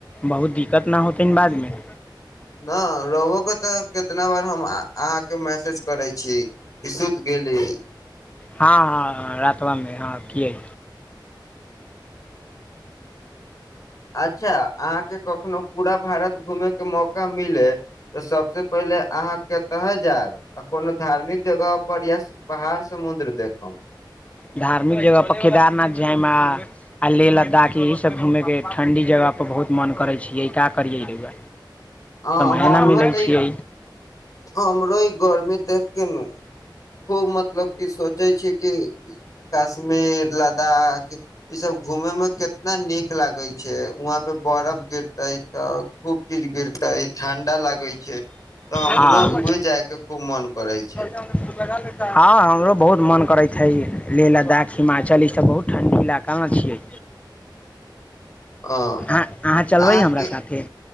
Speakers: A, on the left (about 15°); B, on the left (about 45°).
A: बहुत दिक्कत न होतय बादमे।
B: हां र‌ओके तऽ कितना बार हम अहाँके मैसेज करैत छी। सुत गेली।
A: हँ हँ रातबामे हँ किए।
B: अच्छा अहाँके कखनो पूरा भारत घुमे के मौका मिले तऽ सबसे पहिले अहाँके कहां जायब कोनो धार्मिक जगह पर या पहाड़ समुद्र देखब?
A: धार्मिक जगह केदारनाथ जायम आ लेह लद्दाख यह सब घूमे के ठंडी जगह पर बहुत मन करै छियै का करियै
B: आ
A: समय
B: हमरो
A: ने मिलै
B: तऽ
A: छियै।
B: ई हमरो ई गर्मी देख के नू खूब मतलब कि सोचै छी कि कश्मीर लद्दाख इ सब घूमे में केितना नीक लागे छै वहं पे बर्फ गिरते त खूब चीज गिरते क ठंडा लागे छैय तऽ हमरो
A: हँ
B: उहे जाय के खूब मन करे छैय।
A: हँ हमरो बहुत मन करैत हइ लेह लद्दाख हिमाचल ई सब बहुत ठण्डी इल कहां छियै
B: हँ
A: अहाँ चलबै
B: अहाँके
A: हमरा साथे?